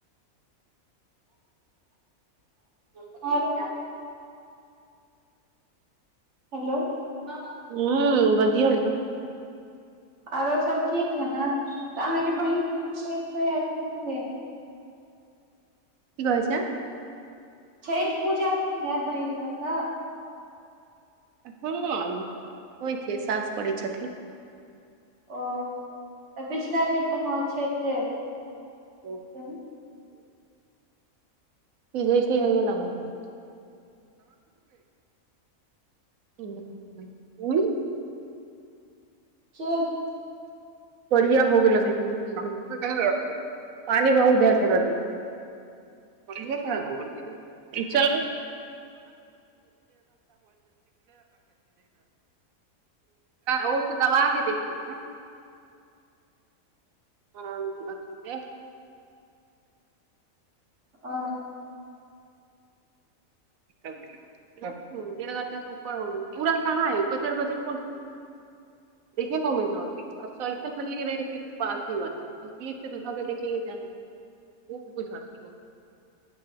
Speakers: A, on the right; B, on the right.
A: <unintelligible> हेलो <inaudible>
B: हू बजियौ ने
A: औरो सब ठीक है न तऽ अहाँके बहिन छठ हो है कि नहि हो है
B: की कहै छिए
A: छठ पूजा होइ ने बहिन ओत
B: हँ होइ छै सास करै छथिन
A: ओ तऽ पछला बेर तऽ हँ छेलिए
B: उ
A: <unintelligible>
B: ई बुझतिये ना एना भ <unintelligible> <inaudible>
A: <unintelligible>
B: बढ़िया हो गेल <unintelligible> पानी बहुत भेल छिए <unintelligible> <unintelligible> <inaudible> एकरा ओ स दबा देखिए न हँ अथी के
A: <unintelligible>
B: <unintelligible> डेढ़ घण्टा सऽ ऊपर हो गेल पूरा कहाँ कचर-कचर कोन खतै <unintelligible> <unintelligible>